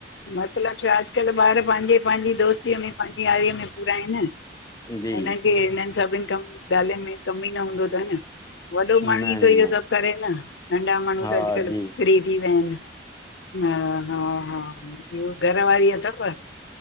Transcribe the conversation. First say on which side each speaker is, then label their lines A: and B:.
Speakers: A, on the left (about 80°); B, on the left (about 20°).
A: मतलब छा अजकल ॿार पांजे पांजी दोस्तीअ में पांजी यारीअ में पूरा आहेन।
B: जी
A: हुन खे हिनन सभिन कम ॻाल्हियुन में कम ई न हूंदो तन। वॾो माण्हू
B: न
A: ई थो इहो
B: न
A: सभ करे न नंढा माण्हू
B: हा
A: त अजकल
B: जी
A: फ्री थी वया आहेन, ह हा हा ॿियो घर वारी अथव?